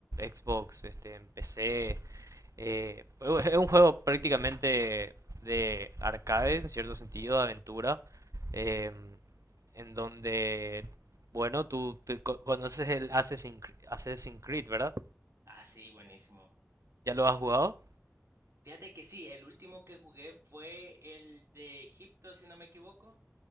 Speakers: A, on the right; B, on the right.
A: Xbox, este, en PC. eh, es es un juego prácticamente de arcade, en cierto sentido, de aventura. em, en donde, bueno, tú te co- conoces el Assassin's Creed, Assassin's Creed, ¿verdad?
B: Ah, sí, buenísimo.
A: ¿Ya lo has jugado?
B: Fíjate que sí, el último que jugué fue el de Egipto, si no me equivoco.